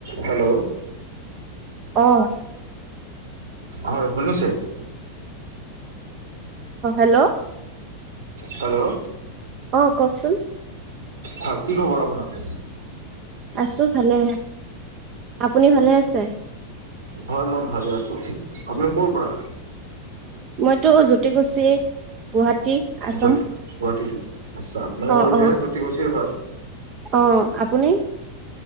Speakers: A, on the right (about 65°); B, on the right (about 35°).
A: Hello
B: অ।
A: হয় শুনিছে।
B: অ হেল্ল'।
A: হেল্ল'
B: অ কওঁকচোন।
A: হয় কি খবৰ আপোনাৰ।
B: আছো ভালে আপুনি ভালে আছে।
A: হয় মই ভালে আছো আপুনি ক'ৰ পৰা।
B: মইতো জ্যোতি কুছি গুৱাহাটী আছাম
A: য'ত গুৱাহাটীৰ আচ্ছা মানে
B: অ
A: অৰিজিনেল
B: অ
A: জ্যোতি কুছিৰ হয়।
B: অ আপুনি?